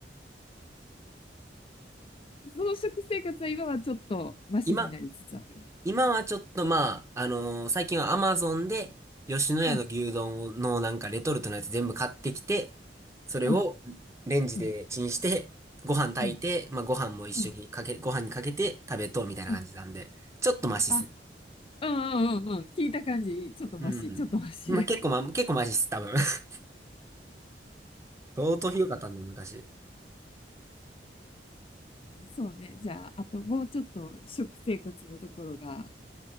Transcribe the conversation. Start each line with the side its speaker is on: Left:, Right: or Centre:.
Left: その食生活は今はちょっとマシになりつつある。
Right: 今、今はちょっとまあ、あのー最近はアマゾンで、吉野家の牛丼のなんかレトルトのやつ全部買ってきて、
Left: うん、
Right: それを
Left: うん、
Right: レンジでチンして、
Left: うん、
Right: ご飯炊いて、
Left: うん、
Right: まあご飯も一緒にかけ、
Left: うん、
Right: ご飯にかけて食べとうみたいな感じなんで、
Left: うん。
Right: ちょっとマシっす。
Left: あ、うんうんうんうん。聞いた感じ、ちょっとマシ、
Right: うん。
Left: ちょっとマシ。
Right: まあ結構まあ、結構マシっす、多分。<laughs> 相当ひどかったんだ、昔。
Left: うんそうね。じゃあ、あともうちょっと食生活のところが、